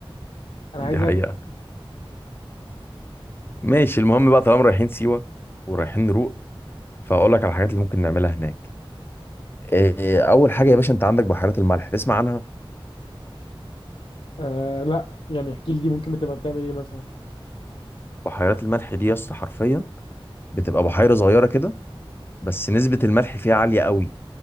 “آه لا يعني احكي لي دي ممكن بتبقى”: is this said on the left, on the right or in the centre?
Left